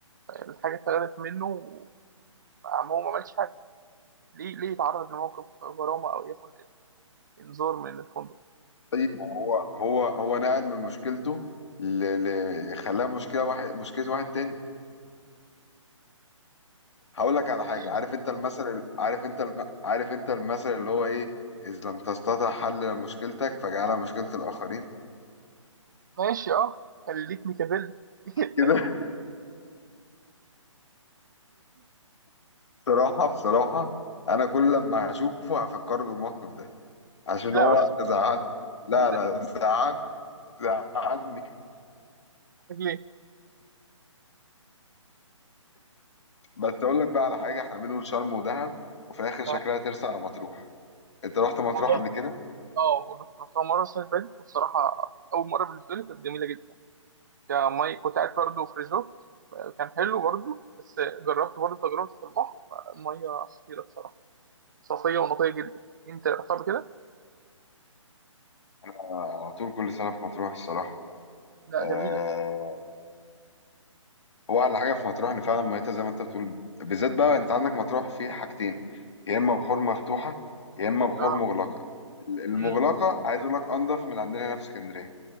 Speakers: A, on the right; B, on the left.
A: الحاجة اتاخدت منه وعم هو ما عملش حاجة ليه ليه يتعرض لموقف غرامة او ياخد انذار من الفندق
B: طيب ما هو هو هو نقل من مشكلته ل... ل... خلاها مشكلة واحد مشكلة واحد تاني هقول لك على
A: ماشي
B: حاجة عارف انت المثل عارف انت الم... عارف انت المثل اللي هو ايه إذ لم تستطع حل مشكلتك فاجعلها مشكلة الآخرين
A: ماشي اه خليك ميكافيلي <laughs>
B: كده <laughs> بصراحة بصراحة أنا كل لما هشوفه هفكر بالموقف ده عشان
A: لا
B: هو
A: بس
B: زعلني لا
A: ليه؟ لأن-
B: لا زعلني زعلني
A: ليه؟
B: بس اقول لك بقى على حاجه احنا عاملين نقول شرم ودهب وفي الاخر شكلها
A: آه،
B: ترسى على مطروح انت رحت مطروح
A: والله
B: قبل كده
A: اه رحتها مرة السنة اللي فاتت والصراحة كانت أول مرة بالنسبة لي كانت جميلة جدا كمي كنت قاعد برضه في ريزورت كان حلو برضه بس جربت برضه تجربة في البحر المية خطيرة الصراحة صافية ونقية جدا انت رحتها قبل كده؟
B: آه، على طول كل سنه في مطروح الصراحه
A: لا
B: آه
A: جميلة
B: هو احلى حاجه في مطروح ان فعلا ميتها زي ما انت بتقول بالذات بقى انت عندك مطروح في حاجتين يا اما بحور مفتوحه يا اما بحور
A: اه
B: مغلقه ال- المغلقه
A: امم
B: عايز اقول لك انضف من عندنا هنا في اسكندريه